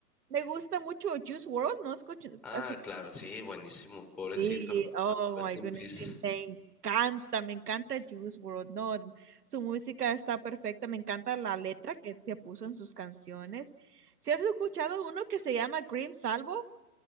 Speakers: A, on the right; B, in the centre.
A: me gusta mucho Juice WRLD, ¿no? Escucho,
B: Ah,
A: escucho
B: claro, sí, buenísimo, pobrecito.
A: Sí, oh
B: Rest
A: my
B: in
A: goodness,
B: peace.
A: sí, me encanta, me encanta Juice World, no, su música está perfecta, me encanta la letra que, se puso en sus canciones. ¿Si has escuchado uno que se llama Cream Salvo?